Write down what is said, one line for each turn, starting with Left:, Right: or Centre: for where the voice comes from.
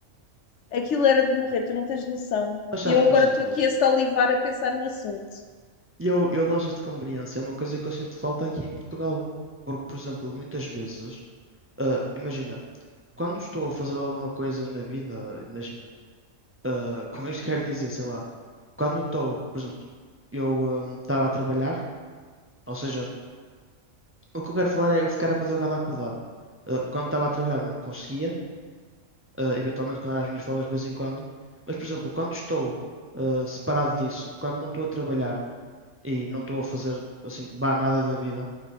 Left: aquilo era de morrer, tu não tens noção.
Right: Mas sabes,
Left: Eu agora
Right: por exemplo,
Left: estou aqui a salivar a pensar no assunto.
Right: eu, eu lojas de conveniência é uma coisa que eu sinto falta aqui em Portugal. Porque, por exemplo, muitas vezes, ah, imagina, quando estou a fazer alguma coisa na vida, imagina, ah, com isto quero dizer, sei lá, quando estou, por exemplo, eu estava a trabalhar, ou seja, o que eu quero falar é eu ficar a madrugada acordado. Ah, quando estava a trabalhar não conseguia eh, eventualmente quando há as minhas folgas de vez em quando. Mas, por exemplo, quando estou eh, separado disso, quando não estou a trabalhar e não estou a fazer assim, bah, nada da vida,